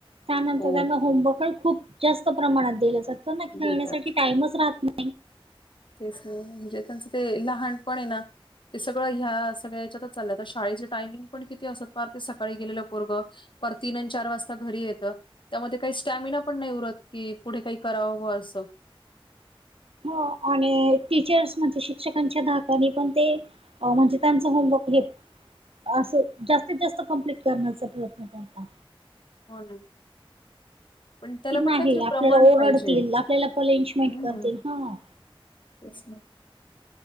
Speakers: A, on the right; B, on the left.
A: त्यानंतर
B: हो
A: त्यांना होमवर्कही खूप जास्त प्रमाणात दिलं जातो ना, खेळण्यासाठी
B: देतात
A: टाइमच राहत ना
B: तेच ना, म्हणजे त्यांचं ते लहानपण हे ना ते सगळं ह्या सगळ्याच्यातच चाललंय. आता शाळेचे टायमिंग पण किती असत पार ते सकाळी गेलेलं पोरग पार तीन आणि चार वाजता घरी येतं. त्यामध्ये काही स्टॅमिना पण नाही उरत की, पुढे काही करावं बुवा असं.
A: हो आणि टीचर्स म्हणजे शिक्षकांच्या धाकानी पण ते म्हणजे त्यांचं होमवर्क हे असं, जास्तीत जास्त कंप्लीट करण्याचा प्रयत्न करनार.
B: हो ना. पण त्याला
A: की नाही
B: पण काहीतरी
A: आपल्याला
B: प्रमाण
A: ओरडतील
B: पाहिजे.
A: आपल्याला पनिशमेंट
B: हम्म
A: करतील हा.
B: तेच ना.